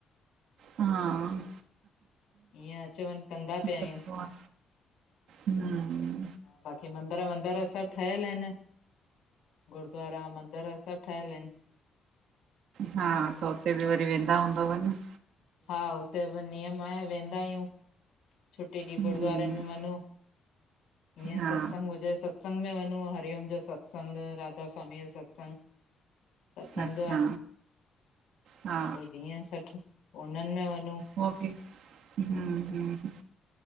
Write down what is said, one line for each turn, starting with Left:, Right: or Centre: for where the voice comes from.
Right: हा,
Left: ईअं अच वञ कंदा पिया आहियूं।
Right: सुठो आ। हम्म।
Left: बाक़ी मंदिर ॿंदर सभु ठहियल इन, गुरुद्वारा, मंदिर सभु ठहियल इन।
Right: हा त उते बि वरी वेंदा हूंदव न?
Left: हा हुते बि नियम आहे वेंदा आहियूं, छुटी ॾींहुं
Right: हम्म
Left: गुरुद्वारे में। वनू, ईअं
Right: हा
Left: सतसंग हुजे त सत्संग में वञूं, हरिओम जो सत्संग, राधा स्वामी जो सत्संग। त थींदो
Right: अच्छा
Left: आ,
Right: हा
Left: पोइ ॾिहं जो सत्संग पो उन्हनि में वञूं।
Right: हो बि, हम्म हम्म।